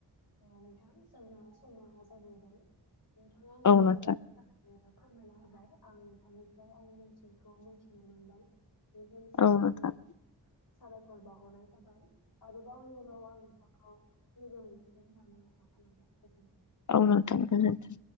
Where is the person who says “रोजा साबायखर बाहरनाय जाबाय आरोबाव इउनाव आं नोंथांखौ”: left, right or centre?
Left